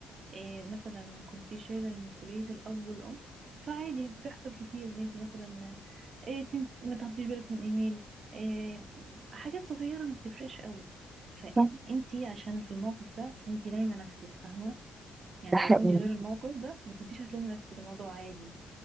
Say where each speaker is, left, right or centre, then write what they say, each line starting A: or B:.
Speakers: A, on the right (about 55°); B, on the right (about 25°).
A: آه، مثلا كنتي شايله مسؤوليه الاب والام فعادي بتحصل كتير ان انت مثلا إيه تن- ما تاخديش بالك من ايميل إيه حاجات صغيره ما بتفرقش قوي فانت
B: صح
A: عشان في الموقف ده فانت لايمه نفسك فاهمه يعني
B: ده حقيقي
A: لو كنت غير الموقف ده ما كنتيش هتلومي نفسك الموضوع عادي